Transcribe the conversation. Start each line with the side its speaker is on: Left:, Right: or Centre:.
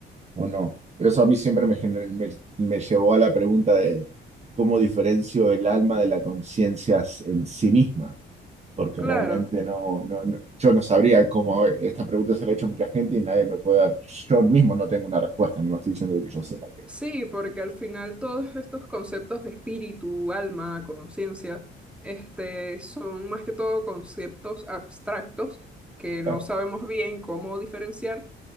Right: o no. Pero eso a mí siempre me, gener- me, me llevó a la pregunta de cómo diferencio el alma de la conciencia s- en sí misma, porque
Centre: Claro,
Right: realmente no, no, no- yo no sabría cómo esta pregunta se la ha hecho mucha gente y nadie me puede dar, yo mismo no tengo una respuesta, no estoy diciendo que yo sepa que,
Centre: sí, porque al final todos estos conceptos de espíritu, alma, conciencia, este, son más que todo conceptos abstractos que
Right: claro,
Centre: no sabemos bien cómo diferenciar